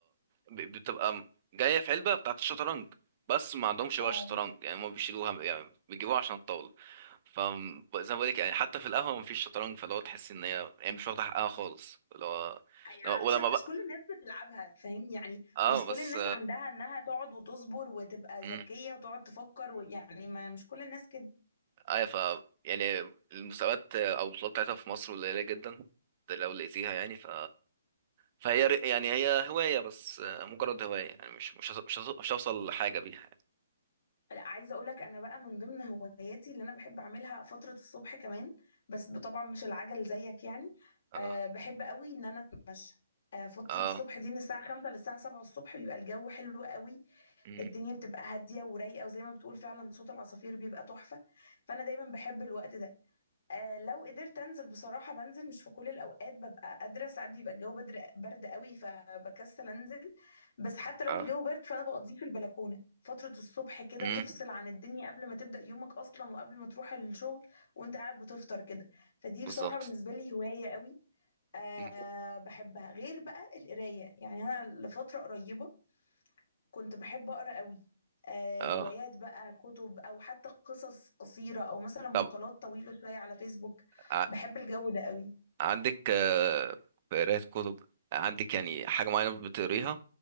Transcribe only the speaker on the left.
اه
أيوة
علشان
مش كل الناس بتلعبها فاهم يعني
مش
كل الناس عندها انها تقعد وتصبر وتبقى
ذكيه وتقعد تفكر ويعني ما مش كل الناس كده
لا، عايزه اقول لك انا بقى من ضمن هواياتي اللي انا بحب اعملها فتره الصبح كمان بس طبعا مش العجل زيك يعني
أه بحب قوي ان انا اتمشى أه فتره
الصبح دي من الساعه 5 للساعه 7 الصبح بيبقى الجو حلو قوي
الدنيا بتبقى هاديه ورايقه وزي ما بتقول فعلا صوت العصافير بيبقى تحفه فانا دايما بحب الوقت ده آه لو قدرت انزل بصراحه بنزل مش في كل الاوقات ببقى قادره ساعات بيبقى الجو بدر برد قوي فبكسل انزل بس حتى لو
الجو برد فانا بقضيه في البلكونه فتره الصبح كده
تفصل عن الدنيا قبل ما تبدا يومك اصلا وقبل ما تروح الشغل وانت قاعد بتفطر كده فدي
بصراحه بالنسبه لي هوايه قوي آه
بحبها غير بقى القرايه يعني انا لفتره قريبه كنت بحب أقرأ قوي آه،
روايات بقى كتب أو حتى قصص قصيرة أو مثلا مقالات
طويلة شوية على فيسبوك
بحب الجو ده قوي